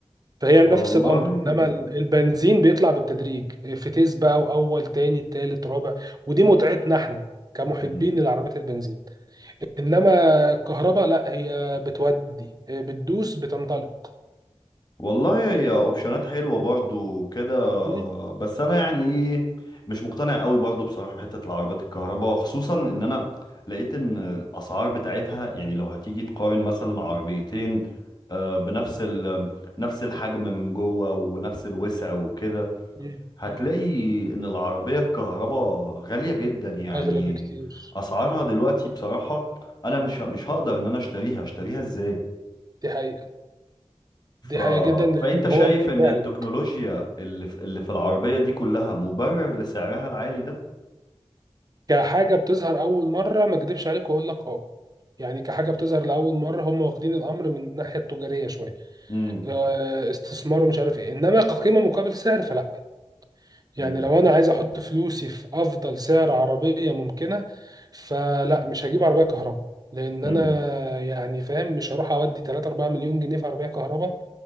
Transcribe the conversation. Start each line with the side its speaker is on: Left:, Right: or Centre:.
Right: فهي
Left: والله
Right: نفس الامر انما ال- البنزين بيطلع بالتدريج فتيس بقى واول تاني تالت رابع ودي متعتنا احنا كمحبين
Left: مم.
Right: للعربيات البنزين انما الكهرباء لا هي بتودي بتدوس بتنطلق
Left: والله هي اوبشنات حلوه برضو كده
Right: مم.
Left: بس انا يعني ايه مش مقتنع قوي برضو بصراحه بحته العربيات الكهرباء خصوصا ان انا لقيت ان الاسعار بتاعتها يعني لو هتيجي تقارن مثلا عربيتين آه، بنفس ال نفس الحجم من جوه ونفس الوسع وكده
Right: مم.
Left: هتلاقي
Right: مم.
Left: ان العربيه الكهرباء غاليه جدا يعني
Right: اغلى بكتير
Left: اسعارها دلوقتي بصراحه انا مش ه- مش هقدر ان انا اشتريها اشتريها ازاي
Right: دي حقيقة
Left: ف...
Right: دي حقيقة جدا لأن
Left: فأنت شايف
Right: هو بيبيعني
Left: إن التكنولوجيا اللي في... اللي في العربية دي كلها مبرر لسعرها العالي ده؟
Right: كحاجة بتظهر أول مرة ما أكدبش عليك وأقول لك أه يعني كحاجة بتظهر لأول مرة هم واخدين الأمر من الناحية التجارية شوية
Left: مم.
Right: آه، استثمار ومش عارف إيه إنما كقيمة مقابل سعر فلا يعني
Left: مم.
Right: لو أنا عايز أحط فلوسي في أفضل سعر عربية ممكنة فلا مش هجيب عربية كهرباء لأن
Left: مم.
Right: أنا يعني فاهم مش هروح أودي 3 4 مليون جنيه في عربية كهرباء